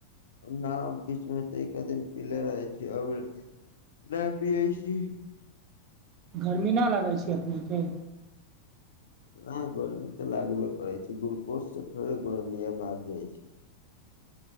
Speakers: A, on the left; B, on the right.
A: न बीचमे तऽ एके दिन पीले रहै छी अब नहि पियै छी
B: गर्मी नहि लगै छै अपनेके
A: ह गर्मी तऽ लागबे करैत छै ग्लूकोजसँ थोड़े गर्मी य भाग जाइत छै